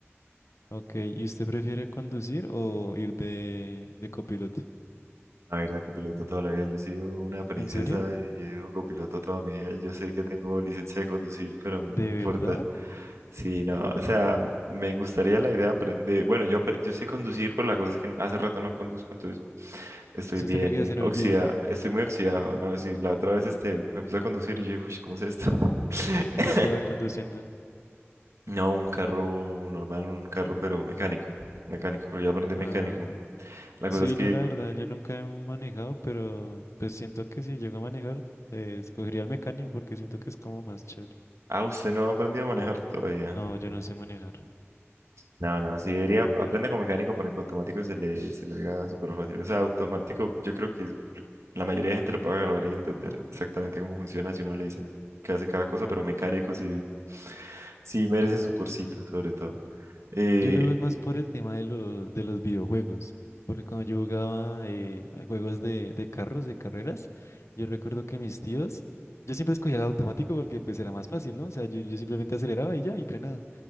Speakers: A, on the left (about 85°); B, on the right (about 85°).
A: Ok. ¿Y usted prefiere conducir o ir de, de copiloto?
B: A ver, de copiloto toda la vida. Yo he sido una princesa
A: ¿En serio?
B: y yo he sido copiloto toda mi vida. Yo sé que tengo licencia de conducir, pero a mí
A: ¿De
B: no me importa.
A: verdad?
B: Sí, no, o sea, me gustaría la idea apren- de Bueno, yo, apre- yo sé conducir, pero la cosa es que hace rato no conduzco, entonces estoy
A: O sea,
B: bien
A: ¿Usted cree que ya se le
B: oxidado,
A: olvidó?
B: estoy muy oxidado, ¿no? Sí, la otra vez este, me puse a conducir y yo dije, uy, ¿cómo es esto? <laughs>
A: ¿Y que estaba conduciendo?
B: No, un carro normal, un carro, pero mecánico, mecánico, porque yo aprendí
A: Ah,
B: mecánico. La
A: sí,
B: cosa es que,
A: yo la verdad, yo nunca he manejado, pero pues siento que si llego a manejar, eh, escogería el mecánico porque siento que es como más chévere.
B: ah, usted no ha aprendido a manejar todavía.
A: No, yo no sé manejar.
B: No, no, sí debería aprender con mecánico para que automático se le, se le haga súper fácil. O sea, automático, yo creo que la mayoría de gente lo puede agarrar y entender exactamente cómo funciona si uno le dicen que hace cada cosa, pero mecánico sí, sí merece su cursito, sobre todo. Eh,
A: Yo lo veo más por el tema de los, de los videojuegos, porque cuando yo jugaba eh, a juegos de, de carros, de carreras, yo recuerdo que mis tíos, yo siempre escogía el automático porque pues era más fácil, ¿no? O sea, yo, yo simplemente aceleraba y ya, y frenaba.